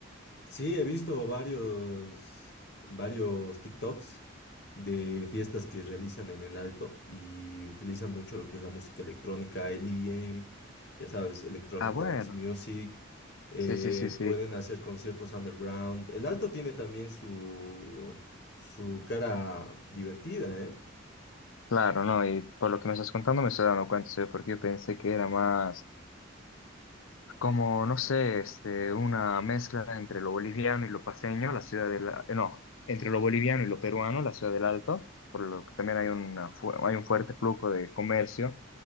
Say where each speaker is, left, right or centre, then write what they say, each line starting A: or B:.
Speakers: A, on the left (about 55°); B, on the left (about 75°).
A: Sí, he visto varios, varios TikToks de fiestas que realizan en el Alto y utilizan mucho lo que es la música electrónica, el EDM, ya sabes, Electronic
B: Ah, bueno.
A: Dance Music. eh,
B: Sí, sí, sí, sí.
A: pueden hacer conciertos underground. El Alto tiene también su, su cara divertida, ¿eh?
B: Claro, no. Y por lo que me estás contando me estoy dando cuenta, ¿sí? Porque yo pensé que era más como, no sé, este, una mezcla entre lo boliviano y lo paseño, la Ciudad del, la... eh, no, entre lo boliviano y lo peruano, la Ciudad del Alto. Por lo que también hay, una, fu- hay un fuerte flujo de comercio.